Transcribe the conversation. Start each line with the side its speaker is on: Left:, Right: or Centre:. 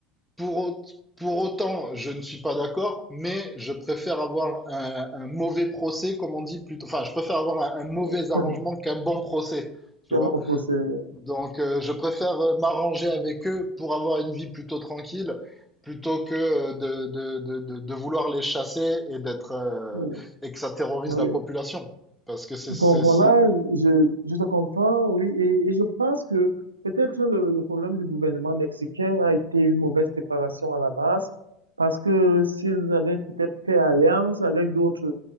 Centre: pour, au- pour autant, je ne suis pas d'accord, mais je préfère avoir un, un mauvais procès, comme on dit plutôt. Enfin, je préfère avoir un, un mauvais
Right: <laughs>
Centre: arrangement qu'un bon procès, tu
Right: comment
Centre: vois.
Right: pousser?
Centre: Donc, euh, je préfère euh, m'arranger avec eux pour avoir une vie plutôt tranquille, plutôt que euh, de, de, de, de, de vouloir les chasser et d'être euh,
Right: Oui,
Centre: et que ça terrorise
Right: oui.
Centre: la population. Parce que c'est,
Right: Bon,
Centre: c'est,
Right: bon,
Centre: c'est...
Right: là, je, je te comprends, oui, et, et je pense que peut-être le, le problème du gouvernement mexicain a été une mauvaise préparation à la base, parce que s'ils avaient peut-être fait alliance avec d'autres